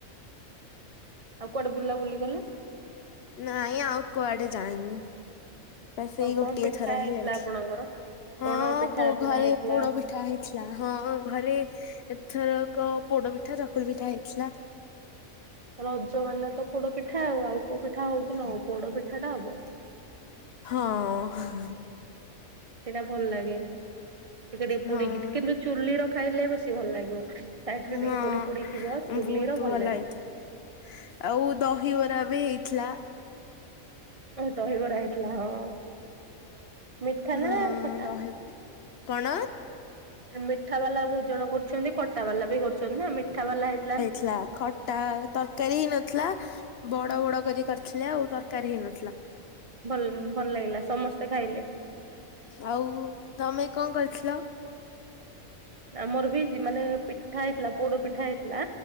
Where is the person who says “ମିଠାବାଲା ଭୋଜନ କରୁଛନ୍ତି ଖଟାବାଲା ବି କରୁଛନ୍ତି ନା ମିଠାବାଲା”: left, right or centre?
Right